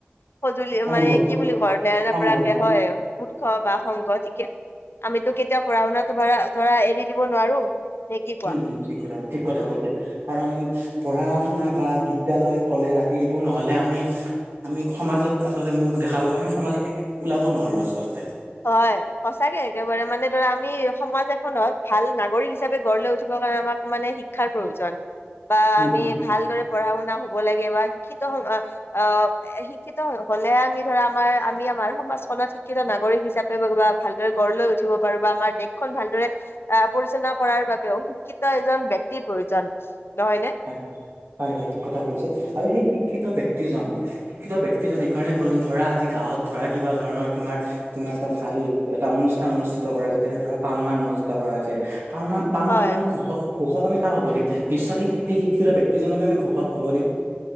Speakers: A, on the left; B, on the right.
A: সজুলি,
B: অংগ
A: মানে কি বুলি ঘৰত নেৰা নেপেৰাকে
B: অংগ
A: হয়। উৎস বা সংগ ঠিকে, আমিতো কেতিয়াও পঢ়া শুনাটো ভৰা ধৰা এৰি দিব নোৱাৰো। নে কি কোৱা?
B: উম, হম ঠিক কথা ঠিক কথা কৈছে, কাৰণ পঢ়া শুনা বা বিদ্যালয়, কলেজ আদি এইবোৰ নহ'লে আমি আমি আমি সমাজত আচলতে মুখ দেখাব বা আমি সমাজক ওলাব নোৱাৰো আচলতে।
A: হয়, সচাঁকে একেবাৰে, মানে ধৰা আমি সমাজ এখনত ভাল নাগৰিক হিচাপে গঢ় লৈ উঠিব কাৰনে মানে আমাক মানে শিক্ষাৰ প্ৰয়োজন, বা
B: উম
A: আমি
B: হুম
A: ভালদৰে পঢ়া শুনা হ'ব লাগে, বা শিক্ষিত অ শিক্ষিত হ'লেহে আমি ধৰা আমাৰ আমি আমাৰ সমাজখনত শিক্ষিত নাগৰিক হিচাপে বা ভালদৰে গঢ় লৈ উঠিব পাৰো, বা আমাৰ দেশখন ভালদৰে আহ', পৰিচালনা কৰাৰ বাবেও শিক্ষিত এজন ব্যক্তিৰ প্ৰয়োজন। নহয় নে
B: হয়, হয়, হয়, ঠিক কথা কৈছে, আৰু সেই শিক্ষ শিক্ষিত ব্যক্তিজন শিক্ষিত ব্য্ক্তিজন এইকাৰণেই ধৰা আজি গাঁৱত ধৰা কিবা ধৰণৰ তোমাৰমাৰ এটা ভাল এটা অনুষ্ঠান অনুষ্ঠিত কৰা হৈছে তেনে ধৰা পালনাম অনুষ্ঠিত কৰা হৈছে। পাল নাম পালনামত
A: হয়
B: আমি ঘোষক, ঘোষক আমি কাক হ'ব দিম নিশ্চয় সি সেই শিক্ষিত ব্যক্তিজনকে আমি ঘোষা খাব দিম।